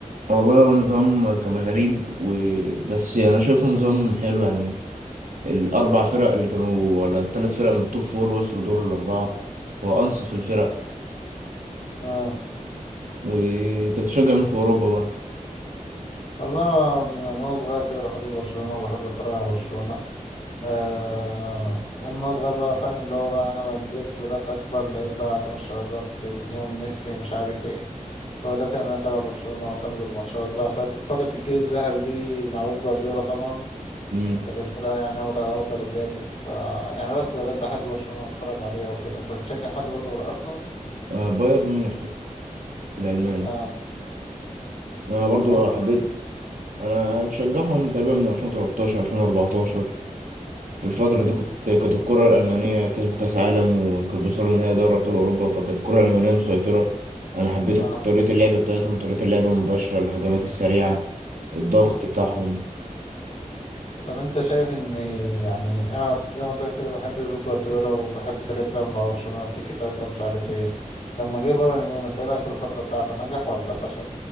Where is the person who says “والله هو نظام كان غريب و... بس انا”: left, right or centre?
Right